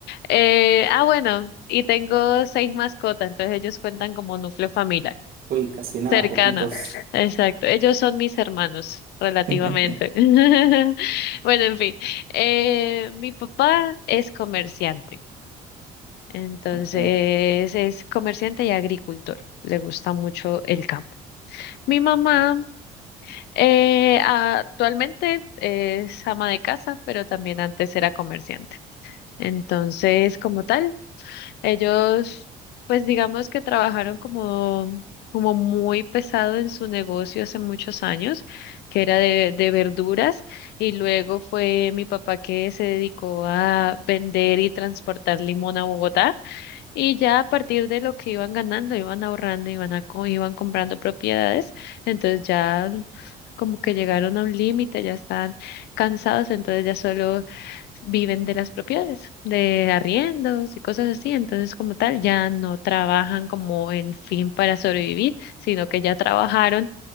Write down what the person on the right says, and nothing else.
Uy, casi nada,
poquitos.
<laughs>
Ok,